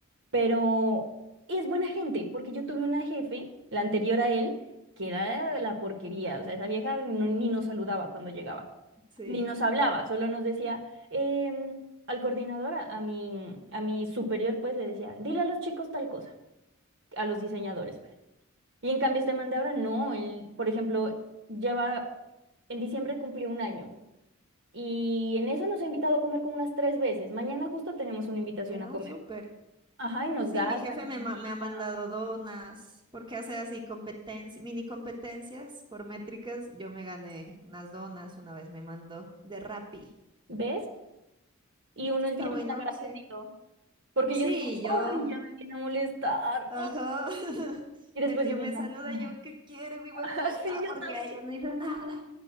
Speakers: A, on the right (about 55°); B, on the right (about 20°).
A: pero es buena gente, porque yo tuve una jefe, la anterior a él, que era la porquería, o sea, esa vieja no- ni nos saludaba cuando llegaba,
B: Sí.
A: ni nos hablaba, solo nos decía, em, al coordinador, a a mi, a mi superior, pues le decía, dile a los chicos tal cosa, a los diseñadores. pues. Y en cambio este man de ahora, no, él, por ejemplo, lleva, en diciembre cumplió un año. Y en eso nos ha invitado a comer como unas tres veces. Mañana justo tenemos una invitación
B: Ah,
A: a comer.
B: súper.
A: Ajá, y nos
B: Sí,
A: gasta,
B: mi jefe
A: nos
B: me,
A: invita.
B: ma- me ha mandado donas porque hace así competencias, mini competencias por métricas. Yo me gané unas donas, una vez me mandó de Rappi.
A: ¿Ves? Y uno
B: Está
A: es bien
B: bueno,
A: malagradecido,
B: sí.
A: porque
B: Sí,
A: yo digo,
B: yo.
A: ay, ya me viene a molestar.
B: Ajá.
A: oh".
B: <laughs>
A: Y después
B: Medio
A: yo misma,
B: me saluda
A: "Ah,
B: y yo, ¿qué quieres, hijo
A: <laughs>
B: de puta?
A: sí, yo
B: Porque
A: también.
B: ella no hizo nada.